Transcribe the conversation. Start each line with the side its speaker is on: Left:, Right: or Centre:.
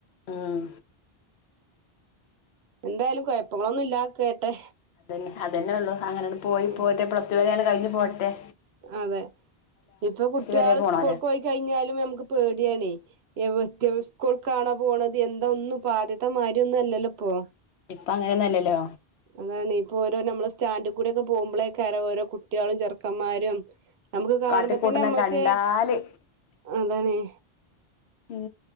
Left: ആഹ്
Right: എന്തായാലും കൊയപ്പങ്ങളൊന്നും ഇല്ലാ കേട്ടേ
Left: അതന്നെ അതന്നേള്ളു. അങ്ങനങ്ങട് പോയി
Right: ആഹ്
Left: പോയിട്ടെ പ്ലസ് ടുവരെ അങ്ങട് കഴിഞ്ഞു പോരട്ടെ
Right: അതെ ഇപ്പ കുട്ട്യാൾ
Left: വരെ പോണോല്ലേ
Right: സ്കൂൾക്ക് പോയി കഴിഞ്ഞാലും ഞമുക്ക് പേട്യാണേ. ഇവറ്റകൾ സ്കൂൾ ക്കാണോ പോണത് എന്താ ഒന്നുപ്പാദ്യത്തെ മാരിയൊന്നും അല്ലല്ലോ. ഇപ്പോ
Left: ഇപ്പോ അങ്ങനെയൊന്നല്ലല്ലോ
Right: അതാണേ ഇപ്പോ ഓരോ ഞമ്മള് സ്റ്റാൻഡ് കൂടെ ഒക്കെ പോകുമ്പോളേക്കാര ഓരോ കുട്ടികളും ചെറുക്കന്മാരും. ഞമ്മക്ക് കാണുമ്പ
Left: കാട്ടിക്കൂട്ടനെ
Right: ന്നെ ഞമ്മക്ക്
Left: കണ്ടാല്
Right: അതാണേ.
Left: ഉം